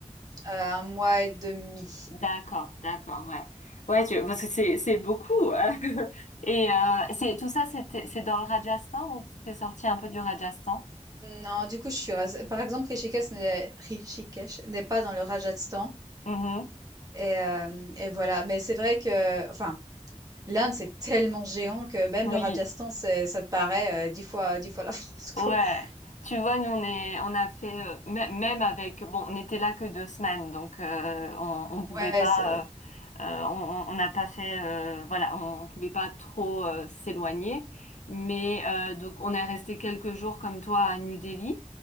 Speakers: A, on the right (about 30°); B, on the left (about 90°).
A: euh, un mois et demi.
B: D'accord, d'accord, ouais. Ouais, tu- parce que c'est, c'est beaucoup. <laughs> Et euh, c'est tout ça, c'était, c'est dans le Rajasthan ou t'es sorti un peu du Rajasthan?
A: Non, du coup, je suis restée- Par exemple, Rishikesh n'est Rishikesh n'est pas dans le Rajasthan.
B: Mhm.
A: Et, euh, et voilà. Mais c'est vrai que, enfin, l'Inde, c'est tellement géant que même
B: Oui.
A: le Rajasthan, c'est, ça te paraît euh, dix fois, dix fois la France,
B: Ouais,
A: quoi. <laughs>
B: tu vois, nous on est, on a fait euh, mê- même avec, bon, on était là que deux semaines, donc euh, on, on pouvait
A: Ouais,
B: pas,
A: c'est,
B: euh, euh, on on- on n'a pas fait, euh, voilà, on pouvait pas trop euh, s'éloigner, mais euh, donc on est resté quelques jours comme toi à New Delhi